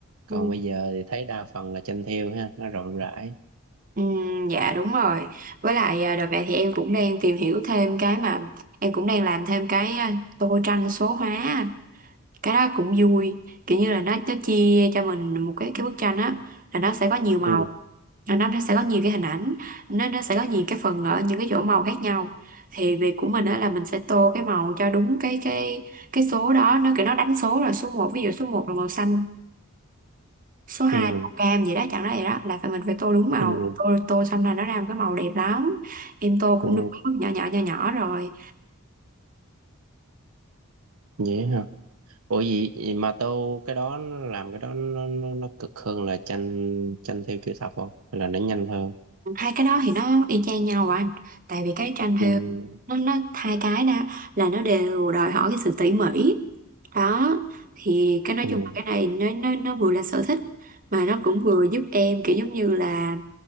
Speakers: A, on the right; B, on the right.
A: còn
B: ừ.
A: bây giờ thì thấy đa phần là tranh thêu ha nó rộng rãi
B: Ừ, dạ đúng rồi. Với lại à, đợt này thì em cũng đang tìm hiểu thêm cái mà em cũng đang làm thêm cái à, tô tranh số hóa. anh. Cái đó cũng vui. Kiểu như là nó nó chia cho mình một cái cái bức tranh á là nó sẽ có nhiều màu,
A: ừ
B: là nó nó sẽ có nhiều cái hình ảnh, nó nó sẽ có nhiều cái phần ở những cái chỗ màu khác nhau. Thì việc của mình á là mình sẽ tô cái màu cho đúng cái cái cái số đó, nó kiểu nó đánh số rồi số một ví dụ số một là màu xanh số hai
A: ừ
B: màu cam vậy đó chẳng ra vậy đó là phải mình phải tô đúng màu
A: ừ
B: tô tô xong là nó ra một cái màu đẹp lắm em tô
A: ừ
B: cũng được mấy bước nhỏ nhỏ nhỏ nhỏ rồi
A: vậy hả ủa gì, gì mà tô cái đó nó làm cái đó nó, nó, nó cực hơn là tranh tranh thêu chữ thập không hay là nó nhanh hơn
B: hai cái đó thì nó y chang nhau à anh tại vì cái tranh
A: nhưng
B: thêu nó nó hai cái đó là nó đều đòi hỏi cái sự tỉ mỉ đó thì cái nói
A: ừ,
B: chung là cái này nó nó nó vừa là sở thích mà nó cũng vừa giúp em kiểu giống như là